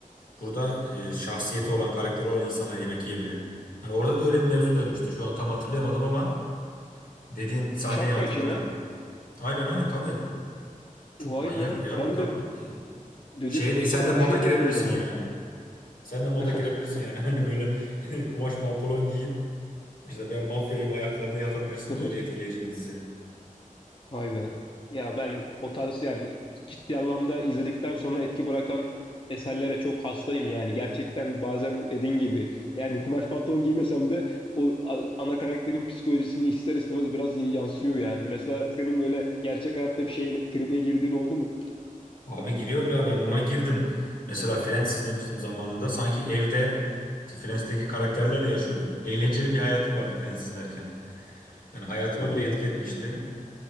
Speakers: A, on the left (about 75°); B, on the left (about 35°).
A: Burada e, şahsiyeti olan, karakteri olan insanlar yemek yiyebilir. Hani orada da öyle bir mevzu dönmüştü. Şu an tam hatırlayamadım ama dediğin sahneyi
B: Şapka
A: hatırladım.
B: içine.
A: Aynen aynen tabii. Çok
B: Vay
A: manyak
B: be.
A: ya
B: Ben
A: adam.
B: de dedim
A: E, şeye
B: ekstra
A: de sen de moda
B: bir şey mi
A: girebilirsin
B: oldu acaba?
A: yani. Sen de moda
B: <laughs>
A: girebilirsin yani. <laughs> Hani böyle <laughs> kumaş pantolon giyip işte ben mafyayım ayaklarına yatabilirsin.
B: <laughs>
A: Öyle etkileyici bir dizi.
B: Vay be. Ya ben o tarz yani ciddi anlamda izledikten sonra etki bırakan eserlere çok hastayım yani. Gerçekten bazen dediğin gibi yani kumaş pantolon giymesem de o a- ana karakterin psikolojisini ister istemez biraz yansıyor yani. Mesela senin böyle gerçek hayatta bir şeye tribe girdiğin oldu mu?
A: Abi giriyorum ya ben buna girdim. Mesela Friends izlemiştim zamanında. Sanki evde işte Friends'teki karakterlerle yaşıyordum. Eğlenceli bir hayatım vardı Friends izlerken. Yani hayatıma
B: Vay
A: bile etki
B: be.
A: etmişti.